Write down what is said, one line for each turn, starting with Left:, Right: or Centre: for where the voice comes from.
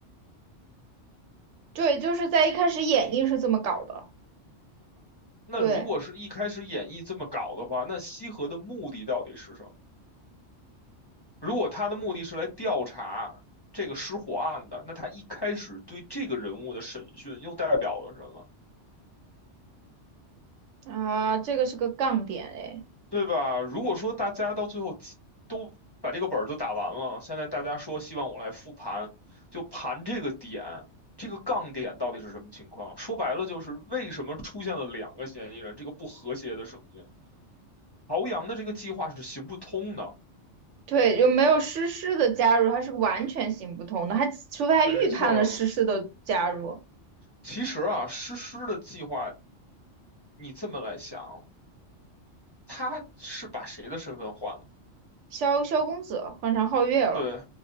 Right: 对，就是在一开始演绎是这么搞的，
Left: 那如果是一开始演绎这么搞的话，
Right: 对。
Left: 那西河的目的到底是什么？如果他的目的是来调查这个失火案的，那他一开始对这个人物的审讯又代表了什么？
Right: 啊，这个是个杠点哎，
Left: 对吧？如果说大家到最后都把这个本儿都打完了，现在大家说希望我来复盘，就盘这个点，这个杠点到底是什么情况？说白了就是为什么出现了两个嫌疑人，这个不和谐的声音，朝阳的这个计划是行不通的。
Right: 对，有没有诗诗的加入，它是完全行不通的，他除非他预判了诗诗的加入，
Left: 没错儿，其实啊，诗诗的计划，你这么来想，他是把谁的身份换了？
Right: 萧萧公子换成皓月了，
Left: 对，